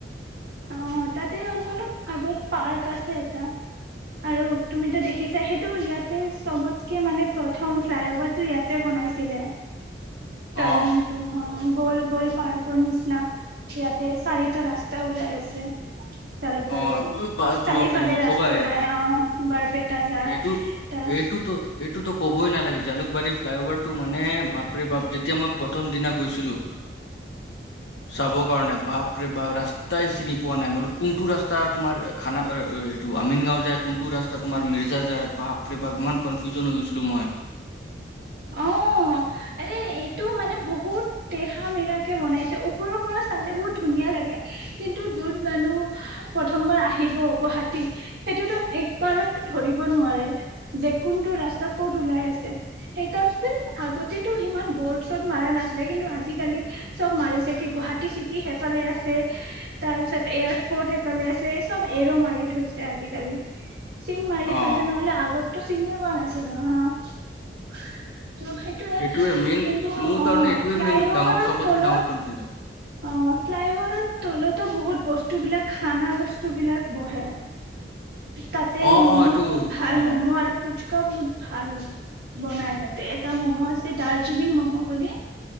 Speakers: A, on the right; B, on the left.
A: অ' তাতে অলপ আগত পাৰ্ক আছে এটা, আৰু তুমিতো দেখিছাই সেইটো ইয়াতে চবতকে মানে প্ৰথম ফ্লাইঅভাৰটো ইয়াতে বনাইছিলে।
B: অ
A: টাৰ্ণিংটো সঁহ। গ'ল গ'ল পাৰ্কৰ নিচি না, ইয়াতে চাৰিটা ৰাস্তা ওলাই আছে। জালুকবাৰীত,
B: অ ম- বাছ
A: চাৰিফালে
B: ন নকবা
A: ৰাস্তা
B: এয়া,
A: যায়
B: বাপ
A: আহ বাৰপেটা যায়
B: এইটো
A: এটা।
B: এইটোতো এইটোতো ক'বই নালাগে জালুকবাৰী ফ্লাইঅভাৰটো মানে, বাপৰে বাপ! যেতিয়া মই প্ৰথম দিনা গৈছিলো। চাব কাৰণে, বাপৰে বাপ! ৰাস্তাই চিনি পোৱা নাই। মই বোলো, কোনটো ৰাস্তা তোমাৰ খানা এইটো আমিন গাঁও যাক কোনটো ৰাস্তা তোমাৰ মিৰ্জা যায় বাপ ইমান কনফিউজন হৈ গৈছিলো মই
A: অঁ আৰে এইটো মানে বহুত তেৰা মেৰাকে বনাইছে ওপৰৰ পৰা চালে বহুত ধুনীয়া লাগে কিন্তু দূৰ মানুহ প্ৰথমবাৰ আহিব গুৱাহাটী সেইটোতো একবাৰতো ধৰিব নোৱাৰে যে কোনটো ৰাস্তা কত ওলাই আছে সেইকাৰণ আগতেতটো ইমান বৰ্ড চৰ্ড মাৰা নাছিলে কিন্তু আজিকালি চব মাৰিছে কি গুৱাহাটী চিটি সেইফালে আছে তাৰ পিছত এয়াৰপৰ্ট সেইফালে আছে চব এৰ মাৰি থৈছে আজিকালি চিন মাৰি
B: অ
A: থৈছে নহলে আগতটো চিনিয়ে পোৱা নাছিল অঁ ত সেইটোয়ে
B: এইটোৱে মেইন
A: কিন্তু
B: মোৰ
A: অঁ
B: কাৰণে এইটোৱে
A: ফ্লাইঅভাৰৰ
B: মেইন ডাঙৰ চবতকে
A: তলত
B: ডাঙৰ কনফিউজন
A: অঁ ফ্লাইঅভাৰৰ তলতো বহুত বস্তু বিলাক খানা বস্তু বিলাক বহে তাতে
B: অ
A: মম'
B: অ এইটো
A: বহুত ভাল
B: অ
A: ম'ম' আৰু পুচ শকা বহুত ভাল বনাই তাতে এটা ম'ম' আছে দাৰ্জিলিং ম'ম' বুলি